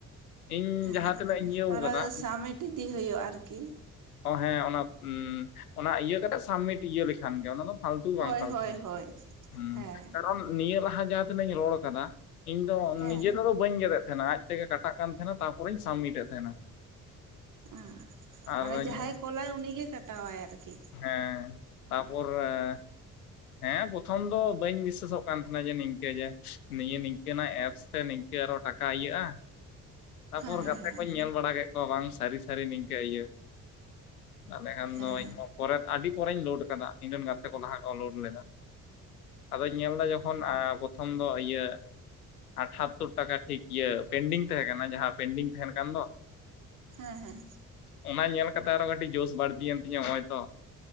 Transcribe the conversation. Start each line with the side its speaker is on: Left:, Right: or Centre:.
Left: ᱤᱧ
Right: ᱦᱮᱸ
Left: ᱡᱟᱦᱟᱸ ᱛᱤᱱᱟᱹᱜ ᱤᱧ ᱤᱭᱟᱹᱣ
Right: ᱟᱨ
Left: ᱠᱟᱫᱟ
Right: ᱥᱟᱢᱤᱴ ᱤᱫᱤ ᱦᱳᱭᱳᱜᱼᱟ ᱟᱨᱠᱤ᱾
Left: ᱚ ᱦᱮᱸ ᱚᱱᱟ ᱚᱱᱟ ᱤᱭᱟᱹ ᱠᱟᱛᱮᱜ ᱥᱟᱵᱢᱤᱴ ᱤᱭᱟᱹ ᱞᱮᱠᱷᱟᱱ ᱜᱮ ᱚᱱᱟ ᱫᱚ ᱯᱷᱟᱞᱛᱩ ᱫᱚ
Right: ᱦᱳᱭ
Left: ᱵᱟᱝ ᱯᱷᱟᱞᱛᱩ
Right: ᱦᱳᱭ ᱦᱳᱭ
Left: ᱦᱩᱸ
Right: ᱦᱮᱸ
Left: ᱠᱟᱨᱚᱱ ᱱᱤᱭᱟᱹ ᱞᱟᱦᱟ ᱡᱟᱦᱟᱸ ᱛᱤᱱᱟᱹᱜᱧ ᱨᱚᱲ ᱠᱟᱫᱟ᱾ ᱤᱧ ᱫᱚ
Right: ᱦᱮᱸ
Left: ᱱᱤᱡᱮ ᱛᱮᱫᱚ ᱵᱟᱹᱧ ᱜᱮᱫᱮᱫ ᱛᱟᱦᱮᱸᱱᱟ ᱟᱡᱛᱮ ᱜᱮ ᱠᱟᱴᱟᱜ ᱠᱟᱱ ᱛᱟᱦᱮᱱᱟ ᱛᱟᱨᱯᱚᱨᱮᱧ ᱥᱟᱵᱢᱤᱴ ᱮᱫ ᱛᱟᱦᱮᱱᱟ᱾
Right: ᱚᱸ
Left: ᱟᱨᱤᱧ
Right: ᱢᱟᱱᱮ ᱡᱟᱦᱟᱸᱭ ᱠᱚᱞᱟᱭ ᱩᱱᱤᱜᱮ ᱠᱟᱴᱟᱣᱟᱭ ᱟᱨᱠᱤ᱾
Left: ᱦᱮᱸ ᱛᱟᱯᱚᱨ ᱮᱸ ᱦᱮᱸ ᱯᱨᱚᱛᱷᱚᱢ ᱫᱚ ᱵᱟᱹᱧ ᱵᱤᱥᱟᱹᱥᱚᱜ ᱠᱟᱱ ᱛᱟᱦᱮᱸᱱᱟ ᱡᱮ ᱱᱤᱝᱠᱟᱹ ᱡᱮ ᱱᱤᱭᱟᱹ ᱱᱤᱝᱠᱟᱹᱱᱟᱜ ᱮᱯᱥ ᱛᱮ ᱱᱤᱝᱠᱟᱹ ᱟᱨᱦᱚ ᱴᱟᱠ ᱠᱟ ᱤᱭᱟᱹᱜᱼᱟ᱾ ᱛᱟᱨᱯᱚᱨ
Right: ᱦᱮᱸ
Left: ᱜᱟᱛᱮ
Right: ᱦᱮᱸ
Left: ᱠᱚᱧ ᱧᱮᱞ ᱵᱟᱲᱟ ᱠᱮᱜ ᱠᱚᱣᱟ ᱵᱟᱝ ᱥᱟᱹᱨᱤ ᱥᱟᱹᱨᱤ ᱱᱤᱝᱠᱟᱹ ᱤᱭᱟᱹ ᱛᱟᱦᱞᱮ ᱠᱷᱟᱱ
Right: ᱦᱮᱸ
Left: ᱫᱚ ᱤᱧ ᱯᱚᱨᱮ ᱟᱹᱰᱤ ᱯᱚᱨᱮᱧ ᱞᱳᱰ ᱠᱟᱫᱟ ᱤᱧ ᱨᱮᱱ ᱜᱟᱛᱮ ᱠᱚ ᱞᱟᱦᱟ ᱠᱚ ᱞᱳᱰ ᱞᱮᱫᱟ ᱟᱫᱚᱧ ᱧᱮᱞᱫᱟ ᱡᱚᱠᱷᱚᱱ ᱟᱻ ᱯᱨᱚᱛᱷᱚᱢ ᱫᱚ ᱤᱭᱟᱹ ᱟᱴᱷᱟᱛᱳᱨ ᱴᱟᱠᱟ ᱴᱷᱤᱠ ᱤᱭᱟᱹ ᱯᱮᱱᱰᱤᱝ ᱛᱟᱦᱮᱸ ᱠᱟᱱᱟ ᱡᱟᱦᱟᱸ ᱯᱮᱱᱰᱤᱝ ᱛᱟᱦᱮᱱ ᱠᱟᱱ ᱫᱚ
Right: ᱦᱮᱸ ᱦᱮᱸ
Left: ᱚᱱᱟ ᱧᱮᱞ ᱠᱟᱛᱮᱜ ᱟᱨᱚ ᱠᱟᱹᱴᱤᱡ ᱡᱳᱥ ᱵᱟᱹᱲᱛᱤᱭᱮᱱ ᱛᱤᱧᱟᱹ ᱱᱚᱜ-ᱚᱭ ᱛᱚ